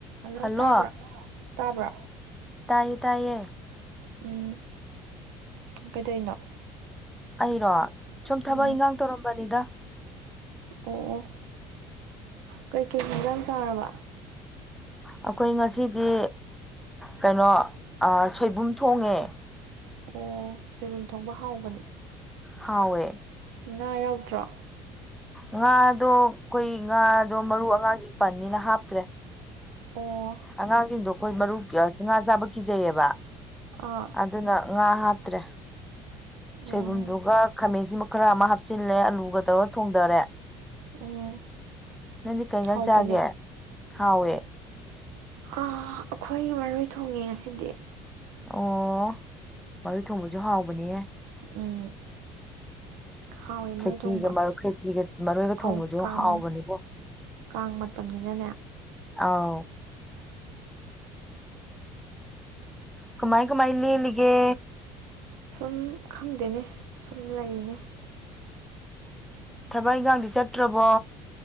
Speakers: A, on the right; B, in the centre.
A: ꯑꯗꯣ
B: ꯍꯜꯂꯣ
A: ꯇꯥꯕ꯭ꯔꯣ ꯇꯥꯕ꯭ꯔꯣ
B: ꯇꯥꯏꯌꯦ ꯇꯥꯏꯌꯦ
A: ꯎꯝ ꯀꯩꯗꯩꯅꯣ
B: ꯑꯩꯔꯣ ꯁꯨꯝ ꯊꯕꯛ
A: ꯎꯝ
B: ꯏꯟꯈꯥꯡ ꯇꯧꯔꯝꯕꯅꯤꯗ
A: ꯑꯣ ꯀꯩꯀꯩ ꯍꯤꯟꯖꯥꯡ ꯆꯥꯔꯕ
B: ꯑꯩꯈꯣꯏ ꯉꯁꯤꯗꯤ ꯀꯩꯅꯣ ꯁꯣꯏꯕꯨꯝ ꯊꯣꯡꯉꯦ
A: ꯑꯣ ꯁꯣꯏꯕꯨꯝ ꯊꯣꯡꯕ ꯍꯥꯎꯕꯅꯦ
B: ꯍꯥꯋꯦ
A: ꯉꯥ ꯌꯥꯎꯗ꯭ꯔꯣ
B: ꯉꯥꯗꯣ ꯑꯩꯈꯣꯏ ꯉꯥꯗꯣ ꯃꯔꯨ ꯑꯉꯥꯡꯖꯤꯡ ꯄꯅꯤꯅ ꯍꯥꯞꯇ꯭ꯔꯦ
A: ꯑꯣ
B: ꯑꯉꯥꯡꯁꯤꯡꯗꯣ ꯑꯩꯈꯣꯏ ꯃꯔꯨ ꯆꯉꯥ ꯆꯥꯕ ꯀꯤꯖꯩꯌꯦꯕ
A: ꯑꯥ
B: ꯑꯗꯨꯅ ꯉꯥ ꯍꯥꯞꯇ꯭ꯔꯦ ꯁꯣꯏꯕꯨꯝꯗꯨꯒ
A: ꯎꯝ
B: ꯈꯥꯃꯦꯟꯁꯤꯃ ꯈꯔ ꯑꯃ ꯍꯥꯞꯆꯤꯜꯂꯦ ꯑꯂꯨꯒ ꯇꯧꯔꯒ ꯊꯣꯡꯗꯔꯦ
A: ꯎꯝ
B: ꯅꯪꯗꯤ ꯀꯩ ꯏꯟꯖꯥꯡ
A: ꯍꯥꯎꯕꯅꯦ
B: ꯆꯥꯒꯦ ꯍꯥꯎꯋꯦ
A: ꯑꯩꯈꯣꯏ ꯃꯔꯣꯏ ꯊꯣꯡꯉꯦ ꯑꯁꯤꯗꯤ
B: ꯑꯣ ꯃꯔꯣꯏ ꯊꯣꯡꯕꯁꯨ ꯍꯥꯎꯕꯅꯦ
A: ꯎꯝ ꯍꯥꯎꯋꯦ ꯃꯔꯣꯏ
B: ꯈꯦꯆꯤꯒ
A: ꯊꯣꯡꯕ
B: ꯃꯔꯣꯏ ꯈꯦꯆꯤꯒ ꯃꯔꯣꯏꯒ ꯊꯣꯡꯕꯁꯨ
A: ꯑꯧ ꯀꯥꯡ
B: ꯍꯥꯎꯕꯅꯦꯕꯣ
A: ꯀꯥꯡ ꯃꯇꯝꯅꯤꯅꯅꯦ
B: ꯑꯥꯎ ꯀꯃꯥꯏ ꯀꯃꯥꯏ ꯂꯦꯜꯂꯤꯒꯦ
A: ꯁꯨꯝ ꯈꯪꯗꯦꯅꯦ ꯁꯨꯝ ꯂꯩꯅꯦ
B: ꯊꯕꯛ ꯏꯪꯒꯥꯡꯗꯤ ꯆꯠꯇ꯭ꯔꯕꯣ